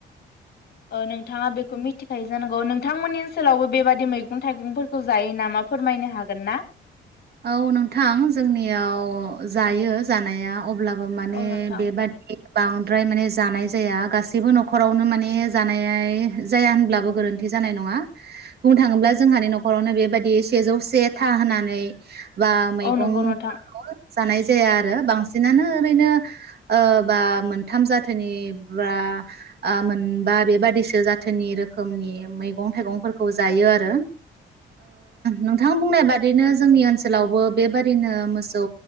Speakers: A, on the left (about 50°); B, on the right (about 55°).
A: ओ नोंथाङा बेखौ मिथिखायो जानांगौ नोंथाङा बिथांमोननि ओनसोलावबो बेबायदि मैगं थाइगंफोरखौ जायो नामा फोरमायनो हागोन ना
B: औ नोंथां जोंनियाव जायो जानाया अब्लाबो माने
A: औ नोंथां
B: बेबादि बांद्राय माने जानाय जाया गासैबो न'खरावनो माने जानाय जाया होनब्लाबो गोरोन्थि जानाय नङा बुंनो थाङोब्ला जोंहानि न'खरावनो बेबायाददि सेजौ से था होनानै <inaudible> बि मैगंफोरखौ
A: औ नंगौ नोंथां
B: जानाय जाया आरो बांसिनानो ओरैनो बा मोनथाम जाथोनि बा मोनबा बेबादिसो जाथोनि रोखोमनि मैगं थाइगंफोरखौ जायो आरो नोंथां बुंनाय बादिनो जोंनि ओनसोल ओनसोलावबो बेबादिनो मोसौ